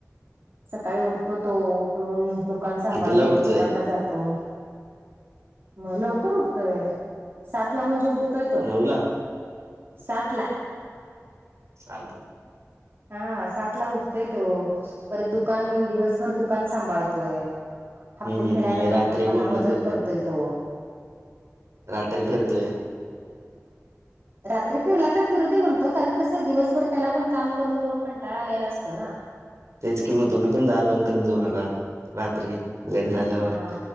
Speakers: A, on the right; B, on the right.
A: सकाळी उठतो तो उठून दू कान सांभाळतो
B: कितीला उठतोय
A: दुकानला जातो म लवकर उठतोय सात ला म्हणजे उठतोय तो.
B: नऊ ला
A: सात ला.
B: सातला
A: हा सात ला उठतोय तो परत दुकान दिवसभर दुकान सांभाळतोय हप्ते
B: हम्म हम्म
A: फेडायला
B: आणि रात्री
A: पण पप्पांना
B: बोंबलत
A: मदत
B: फिरतोय
A: करतोय तो
B: रात्री फिरतोय
A: रात्री फिरला तर फिरू दे म्हणतो कारण कसं दिवसभर त्याला पण काम करून करून कंटाळा आलेला असतो ना.
B: तेच किं म तुम्ही पण दार बंद करत जाऊ नका रात्री लेट झाल्यावर.
A: हा.